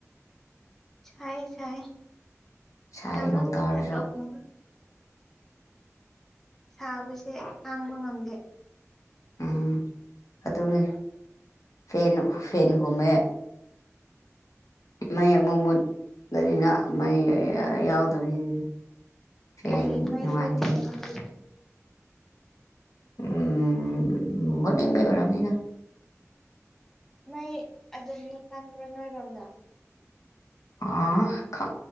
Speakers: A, in the centre; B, on the left.
A: ꯁꯥꯏ ꯁꯥꯏ
B: ꯁꯥꯏ
A: ꯁꯃꯅ
B: ꯅꯣꯡ ꯇꯥꯔꯁꯨ
A: ꯇ ꯀ ꯁꯥꯕꯁꯦ ꯇꯥꯡꯕ ꯉꯝꯗꯦ
B: ꯎꯝ ꯑꯗꯨꯅꯤ ꯐ ꯐꯅ ꯍꯨꯝꯃꯦ ꯃꯌꯦꯛ ꯃꯃꯨꯠꯅꯤꯅ ꯃꯩ
A: ꯎꯝ
B: ꯌꯥꯎꯗꯕꯅꯤ ꯐ
A: ꯀꯩꯒꯤ ꯃꯩ
B: ꯅꯨꯡꯉꯥꯏꯇꯦꯅꯦ
A: ꯃꯨꯠꯂꯤꯅꯣ ꯍꯧꯖꯤꯛ
B: ꯎꯝ ꯍꯅꯤꯡꯕ ꯑꯣꯏꯔꯝꯅꯤꯗ
A: ꯃꯩ ꯑꯗꯨꯝ ꯆꯪꯗ꯭ꯔꯣ ꯅꯣꯏꯔꯣꯝꯗ
B: ꯑꯥ ꯈ